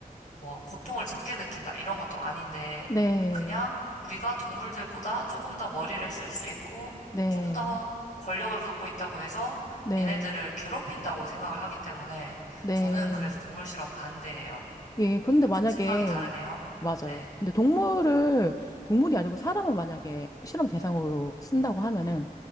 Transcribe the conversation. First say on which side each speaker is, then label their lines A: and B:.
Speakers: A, on the left (about 60°); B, on the left (about 25°).
A: 뭐 고통을 적게 느낀다 이런 것도 아닌데
B: 네,
A: 그냥 우리가 동물들보다 조금 더 머리를 쓸 수 있고
B: 네,
A: 좀 더 권력을 갖고 있다고 해서
B: 네,
A: 얘네들을 괴롭힌다고 생각을 하기 때문에
B: 네.
A: 저는 그래서 동물 실험 반대예요.
B: 예, 근데 만약에,
A: 좀 생각이 다르네요.
B: 맞아요.
A: 네,
B: 근데 동물을, 동물이 아니고 사람을 만약에 실험 대상으로 쓴다고 하면은,